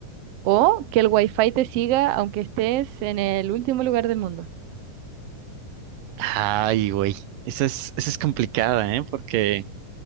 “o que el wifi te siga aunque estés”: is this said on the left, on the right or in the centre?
Right